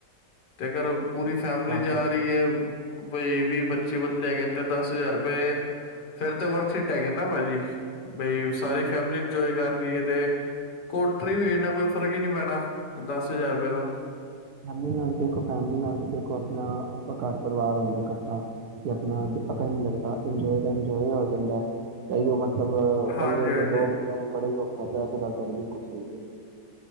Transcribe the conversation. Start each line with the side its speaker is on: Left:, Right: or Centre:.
Left: ਤੇਗਰ ਪੂਰੀ ਫੈਮਲੀ
Right: ਚਾਰ
Left: ਜਾ
Right: ਬੰ-
Left: ਰਹੀ ਹੈ ਬਈ ਵੀਹ ਪੱਚੀ ਬੰਦੇ ਹੈਗੇ ਤੇ ਦਸ ਹਜ਼ਾਰ ਰੁਪਏ ਫੇਿਰ ਤੇ ਵਰਥਟ ਹੈਗੇ ਨਾ ਭਾਜੀ ਬਈ
Right: ਹਾਂ
Left: ਸਾਰੀ ਫੈਮਲੀ ਇੰਜਏ ਕਰ ਰਏ ਤੇ ਕੋਟਰੀ ਵੀ ਇਨਾ ਕੋਈ ਫ਼ਰਕ ਹੀ ਨਹੀਂੀ ਪੈਣਾ ਦਸ ਹਜ਼ਾਰ ਰੁਪਏ ਦਾ
Right: ਫੈਮ ਨਾਲ ਦੇਖੋ ਫੈਮਲੀ ਨਾਲ ਦੇਖੋ ਆਪਣਾ ਘਰ ਪਰਿਵਾਰ ਹੁੰਦਾ ਇਕੱਠਾ ਤੇ ਆਪਣਾ ਪਤਾ ਹੀ ਨ ਲੱਗਦਾ ਇੰਜੋਏ ਦਾ ਇੰਜੋਏ ਹੋ ਜਾਂਦਾ ਉਹ ਮ ਮਤਲਬ ਇਕੱਲੇ
Left: ਹਾਂਜੀ ਹਾਂਜੀ
Right: ਤੇ ਦੋ ਬੰੱਚਿਆਂ ਨੇ ਬੜੇ ਹੀ ਖਾ ਪ ਪੜ ਕੁਹੀ ਤੇ